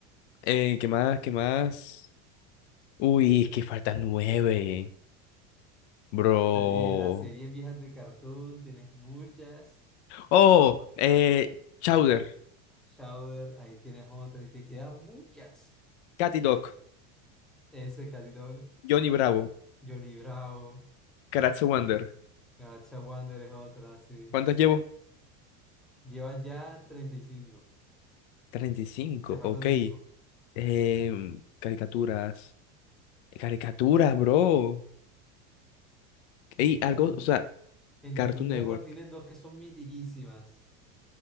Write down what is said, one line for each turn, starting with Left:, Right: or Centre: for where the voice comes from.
Left: Eh, ¿qué más? ¿Qué más? Uy, es que faltan 9. Bro.
Centre: Te dije, las series viejas de Cartoon, tienes muchas.
Left: Oh, eh, Chowder,
Centre: Chowder, ahí tienes otra y te quedan muchas.
Left: Catty Dog,
Centre: Ese Cat Dog,
Left: Johnny Bravo,
Centre: Johnny Bravo.
Left: Karatse Wonder.
Centre: Galaxia Wander es otra, sí.
Left: ¿Cuántas llevo?
Centre: Llevas ya treinta y cinco,
Left: 35,
Centre: Te faltan
Left: ok.
Centre: 5.
Left: Em, caricaturas. Caricaturas, bro. Ey,
Centre: En
Left: algo,
Centre: Cartoon,
Left: o sea,
Centre: en
Left: Cartoon
Centre: Cartoon Network
Left: Network.
Centre: tienes dos que son mitiquísimas.